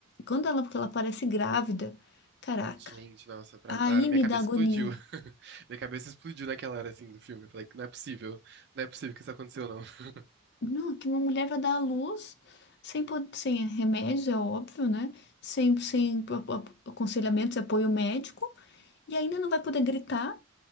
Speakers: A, on the left (about 50°); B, on the right (about 50°).
A: quando ela, que ela parece grávida, caraca,
B: Gente, nossa, pra...
A: aí
B: na hora minha
A: me
B: cabeça
A: dá agonia.
B: explodiu. <laughs> Minha cabeça explodiu naquela hora assim do filme. Eu falei, não é possível. Não é possível que isso aconteceu, não. <laughs>
A: Não, que uma mulher vai dar à luz sem, po- sem remédios, é óbvio, né? Sem, sem a- a- aconselhamentos, apoio médico, e ainda não vai poder gritar.